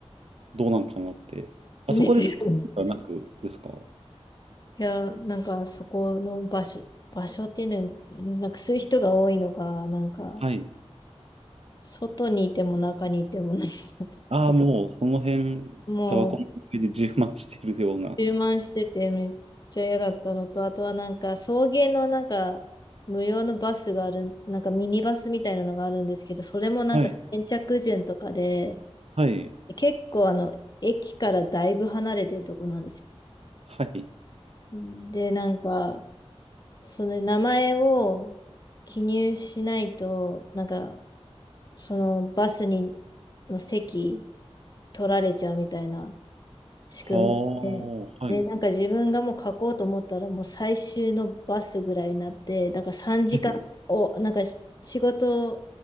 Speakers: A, on the right; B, on the left.
A: どうなんかなって。あそこですではなくですか
B: で <laughs> いや、なんかそこの場所、場所っていうのは、なんかそういう人が多いのか、なんか、
A: はい。
B: 外にいても中にいてもな、<laughs>
A: ああ、もうその辺、
B: もう、
A: タバコの匂いで充満してるような。
B: 充満しててめっちゃ嫌だったのと、あとはなんか、送迎のなんか、無料のバスがある、なんかミニバスみたいなのがあるんですけど、それもなんか先着順とかで、
A: はい。はい。
B: 結構あの、駅からだいぶ離れてるとこなんです
A: はい。
B: よ。で、なんか、その名前を記入しないと、なんか、そのバスにの席取られちゃうみたいな仕組みで、
A: はあ、はい。
B: で、なんか自分がもう書こうと思ったらもう最終のバスぐらいになって、だから3時間を、
A: はい。
B: なんかし仕事